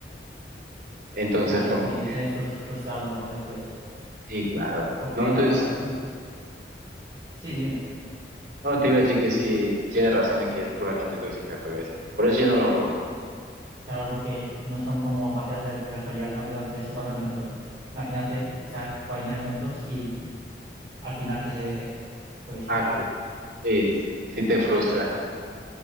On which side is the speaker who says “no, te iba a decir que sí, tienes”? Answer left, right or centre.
Right